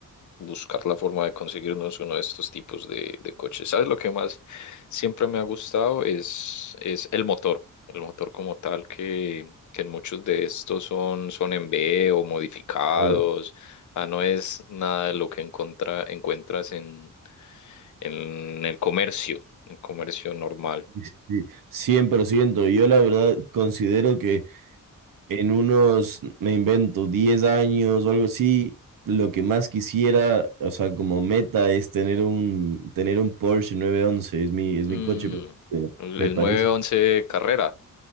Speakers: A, on the left; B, on the right.
A: buscar la forma de conseguirnos uno de estos tipos de, de coches. ¿Sabes lo que más siempre me ha gustado? Es, es el motor, el motor como tal que, que en muchos de estos son, son en B o modificados.
B: Claro,
A: Ah, no es nada de lo que encontra, encuentras en, en el comercio, en el comercio normal.
B: sí, 100%. Yo la verdad considero que en unos, me invento, 10 años o algo así, lo que más quisiera, o sea, como meta es tener un, tener un Porsche nueve once es mi, es
A: Mm,
B: mi coche, preferido.
A: el
B: me
A: el
B: parece
A: nueve once Carrera.